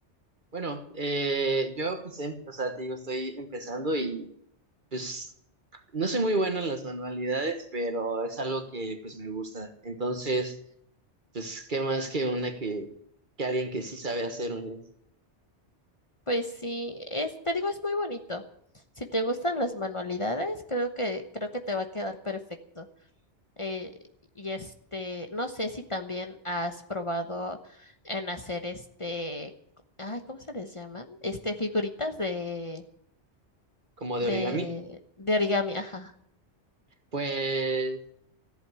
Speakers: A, on the right (about 45°); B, on the left (about 30°).
A: bueno, eh, yo pues, em- o sea, te digo, estoy empezando y pues no soy muy bueno en las manualidades, pero es algo que pues me gusta. Entonces, pues, ¿qué más que una que, que alguien que sí sabe hacer un,
B: Pues sí, es, te digo, es muy bonito. Si te gustan las manualidades, creo que, creo que te va a quedar perfecto. Eh, y este, no sé si también has probado en hacer este, ay, ¿cómo se les llaman? Este, figuritas de,
A: como
B: de,
A: de origami?
B: de origami, ajá.
A: Pues